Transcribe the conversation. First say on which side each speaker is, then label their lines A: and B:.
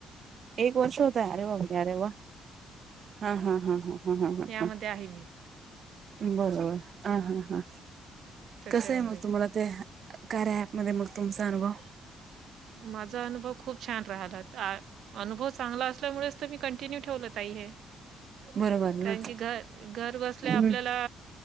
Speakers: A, on the right (about 55°); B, on the right (about 70°).
A: एक वर्ष होतंय? अरे वा, अरे वा! हा हा, हा हा! ह ह हा,
B: यामध्ये
A: हा,
B: आहे मी
A: बर-बर अ-हा. हा,
B: त्याच्यामुळे
A: कसं आहे मग, तुम्हाला ते, कार्या ऍप मध्ये मग तुमचा अनुभव?
B: माझा अनुभव खूप छान राहिला. ता अनुभव चांगला असल्यामुळेच तर मी कंटिन्यू ठेवलं, ताई, हे!
A: बरोबर
B: कारण
A: ना
B: की, घ-घर बसल्या
A: हम्म.
B: आपल्याला